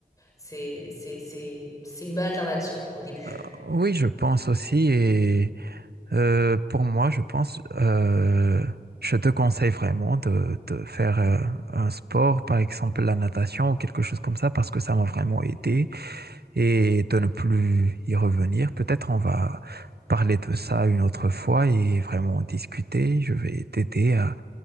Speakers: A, on the left; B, on the right.
A: C'est, c'est, c'est, c'est une bonne alternative au début.
B: Euh, oui, je pense aussi Euh, pour moi, je pense, euh, je te conseille vraiment de, de faire euh, un sport, par exemple la natation ou quelque chose comme ça, parce que ça m'a vraiment aidé et de ne plus y revenir. Peut-être on va parler de ça une autre fois et vraiment discuter. Je vais t'aider à,